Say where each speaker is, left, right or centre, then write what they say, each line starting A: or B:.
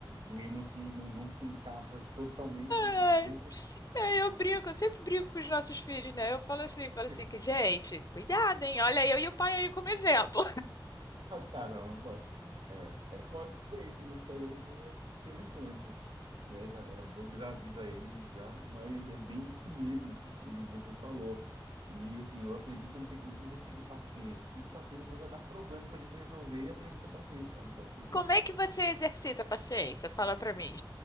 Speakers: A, on the right (about 75°); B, on the left (about 45°).
A: o ímã não, não, não se encaixa totalmente no
B: Ai,
A: perfeito,
B: Aí eu
A: mas
B: brinco, eu sempre brinco com os nossos
A: <laughs>
B: filhos, né? Eu falo assim, falo assim, que gente, cuidado, hein? Olha eu e o pai aí como exemplo.
A: caramba, é, é forte isso daí, esse mistério aí é interessante, né? Já, é bom que já avisa eles já, mas é bem isso mesmo que, que você falou. E assim, eu aprendi que eu não tenho- a gente não tem que pedir paciência. Se pedir paciência, Deus vai dar problema pra gente resolver e aprender a ter paciência, cara. Não pode fazer
B: Como
A: isso. né?
B: é que você exercita a paciência? Fala pra mim.